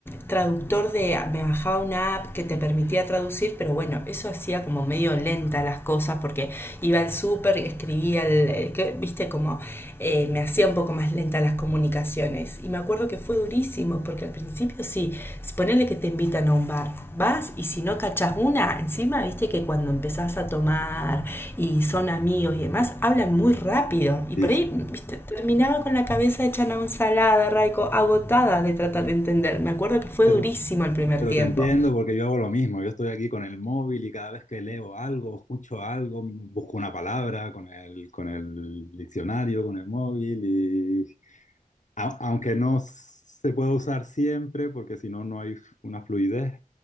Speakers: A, on the left (about 15°); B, on the left (about 55°).
A: traductor de, me bajaba una app que te permitía traducir, pero bueno, eso hacía como medio lenta las cosas porque iba al súper, escribía, el, eh, que, viste, como eh, me hacía un poco más lenta las comunicaciones. Y me acuerdo que fue durísimo, porque al principio sí, ponele que te invitan a un bar, vas y si no cachas una, encima viste que cuando empezás a tomar y son amigos y demás, hablan muy rápido. Y
B: Sí,
A: por
B: sí.
A: ahí, viste, terminaba con la cabeza hecha una ensalada, Raico, agotada de tratar de entender. Me acuerdo que fue
B: Pero,
A: durísimo el primer
B: pero
A: tiempo.
B: te entiendo porque yo hago lo mismo. Yo estoy aquí con el móvil y cada vez que leo algo, escucho algo, busco una palabra con el, con el diccionario, con el móvil y a- aunque no se pueda usar siempre porque si no, no hay una fluidez.